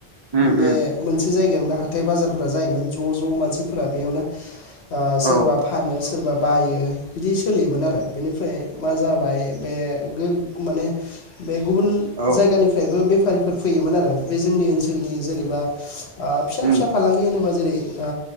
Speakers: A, on the right (about 35°); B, on the left (about 85°).
A: उम
B: बे
A: उम
B: मोनसे जायगायाव हाथाय बाजारफोरा जायोमोन ज' ज' मानसिफोरा बेयावनो ओ सोरबा
A: औ
B: फानो सोरबा बायो बिदि सोलियोमोन आरो। बेनिफ्राय मा जाबाय बे गो खौ माने बे गुबुन
A: औ
B: जायगानिफ्रायबो बे फारिफोर फैयोमोन आरो बे जोंनि ओनसोलनि जेनेबा ओ फिसा
A: उम
B: फिसा फालांगि होनोबा जेरै ओ